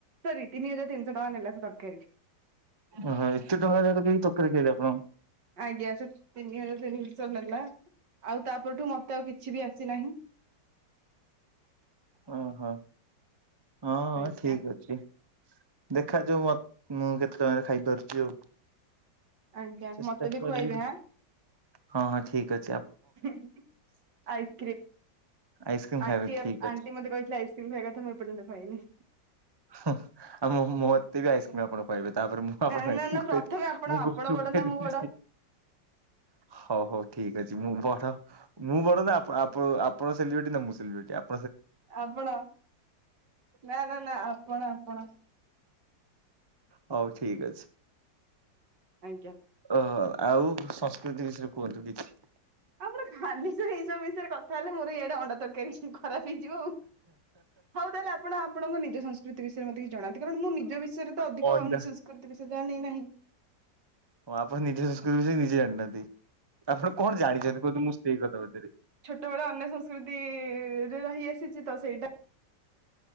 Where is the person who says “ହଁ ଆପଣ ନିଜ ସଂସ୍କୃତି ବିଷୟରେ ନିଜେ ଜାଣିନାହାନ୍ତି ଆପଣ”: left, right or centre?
Right